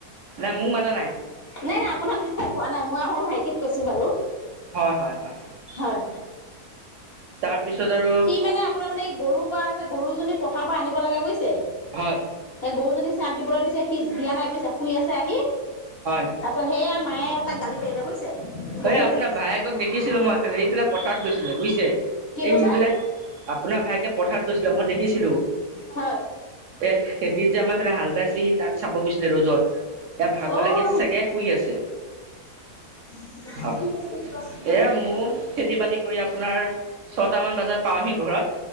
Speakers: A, on the right (about 65°); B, on the left (about 55°).
A: নাই মো মাতা নাই।
B: নাই নাই আপোনাৰ কথা কোৱা নাই। মই আমাৰ ভাইটিক কৈছো বাৰু।
A: হয়, হয়, হয়।
B: হয়
A: তাৰপিছত আৰু
B: সি মানে আপোনাৰ মানে এই গৰুপা যে গৰুজনীক পথাৰৰ পা আনিব লাগে বুইছে।
A: হয়
B: সে গৰুজনী চায়াত দিবলে দিছ চে, সি দিয়া নাই বুইছা, শুই আছে আহি।
A: হয়
B: তাৰপাছত সেয়া মায়ে তাক গালি পাৰিলে বুজিছে। বকিলে
A: এই আপোনাৰ ভায়েকক দেখিছিলো মই এইফালে ইফালে পথাৰত গৈছিলে, বুজিছে।
B: কি
A: এই
B: কৈছে
A: মিদুলে, আপোনাৰ ভায়েকে পথাৰত গৈছিলে মই দেখিছিলোঁ।
B: হয়
A: এ খেতিত যে আমাৰ ফালে হাল বাইচ চি, তাত চাব গৈছিলে ৰ'জত। এয়া ভাগৰ
B: অ'
A: লাগি আছে চাগে শুই আছে।
B: শুই
A: হয়
B: আছে।
A: এয়া মো খেতি বাতি কৰি আপোনাৰ ছটামান বাজাত পাওঁহি ঘৰত।